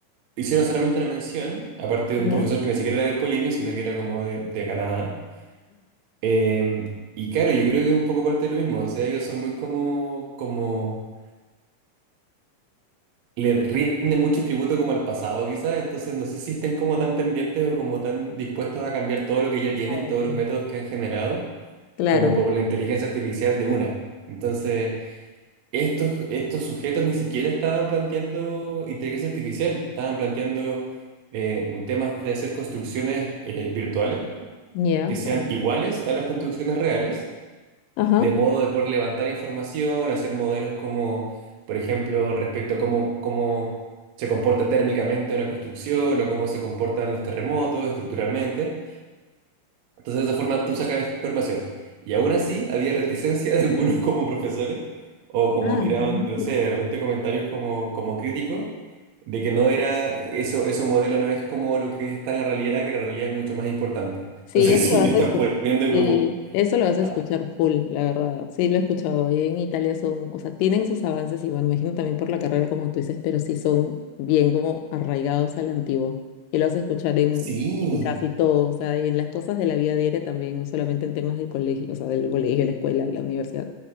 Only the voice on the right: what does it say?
hicieron solamente una mención, aparte de
un profesor que ni siquiera era de Polimi, sino que era como de, de Canadá. Em, y claro, yo creo que es un poco parte de lo mismo, o sea, ellos son muy como, como le rinde mucho tributo como al pasado, quizás, entonces no sé si estén como tan pendientes o como tan dispuestos a cambiar todo lo que ya tienen,
todos los métodos que han generado,
como por la inteligencia artificial de una. Entonces, estos, estos sujetos ni siquiera estaban planteando inteligencia artificial, estaban planteando eh, un tema de hacer construcciones eh, virtuales
que sean
iguales a las construcciones reales
de modo de poder levantar información, hacer modelos como, por ejemplo, respecto a cómo, cómo se comporta térmicamente una construcción o cómo se comportan los terremotos estructuralmente. Entonces, de esa forma tú sacas información. Y aún así, había reticencia <laughs> de algunos como profesores o como
tiraban,
no sé, de repente comentarios como, como críticos. de que no era, eso, eso modelo no es como lo que está en la realidad, que la realidad es mucho más importante.
Entonces,
<laughs> sí,
le están
poniendo
como,
ah,
sí,